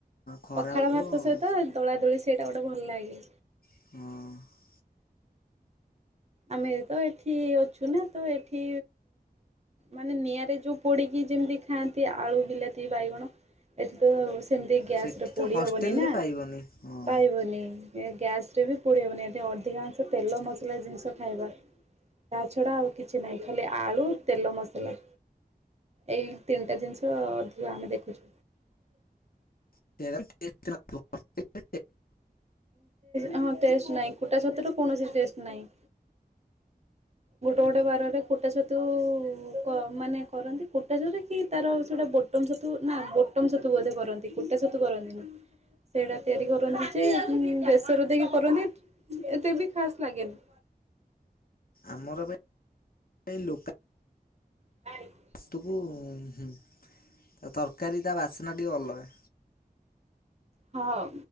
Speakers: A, on the left; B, on the right.
A: ଖରା
B: ପଖାଳ
A: ହେଉଥିବ
B: ଭାତ
A: ହଁ
B: ସହିତ ଦଳା ଦୋଳି ସେଇଟା ଗୋଟେ ଭଲ ଲାଗେ।
A: ହଁ।
B: ଆମେ ତ ଏଠି ଅଛୁ ନା ତ ଏଠି ମାନେ ନିଆଁରେ ଯୋଉ ପୋଡିକି ଯେମିତି ଖାଆନ୍ତି ଆଳୁ ବିଲାତି ବାଇଗଣ ଏଠି ତ ସେମିତି ଗ୍ୟାସ
A: ସେଠି
B: ରେ ପୋଡି
A: ତ ହଷ୍ଟେଲରେ
B: ହବନି ନା
A: ପାଇବନି ହଁ
B: ପାଇବନି। ଏ ଗ୍ୟାସ ରେ ବି ପୋଡି ହବନି ଏଦି ଅଧିକାଂଶ ତେଲ ମସଲା ଜିନିଷ ଖାଇବା ତା ଛଡା ଆଉ କିଛି ନାହିଁ ଖାଲି ଆଳୁ ତେଲ ମସଲା। ଏଇ ତିନିଟା ଜିନିଷ ଅଧିକ ଆମେ ଦେଖୁଚୁ।
A: <unintelligible>
B: ହଁ ଟେଷ୍ଟ୍ ନାଇଁ କୁଟା ଛତୁ ରୁ କୌଣସି ଟେଷ୍ଟ ନାହିଁ। ଗୋଟେ ଗୋଟେ ବାରରେ କୁଟା ଛତୁ କ ମାନେ କରନ୍ତି କୁଟା ଛତୁ କି ତାର ସେଇଟା ବୋଟମ୍ ଛତୁ ନା ବୋଟମ ଛତୁ ବୋଧେ କରନ୍ତି କୁଟା ଛତୁ କରନ୍ତି।। <inaudible> ସେଇଟା ତିଆରି କରନ୍ତି ଯେ, ବେଶର ଦେଇକି କରନ୍ତି ଏତେ ବି ଖାସ୍ ଲାଗେନି।
A: ଆମର ଏବେ ଏଇ ଲୋକ
B: <inaudible>
A: ଛତୁ କୁ ତରକାରୀ ତା ବାସ୍ନା ଟିକେ ଅଲଗା।
B: ହଁ।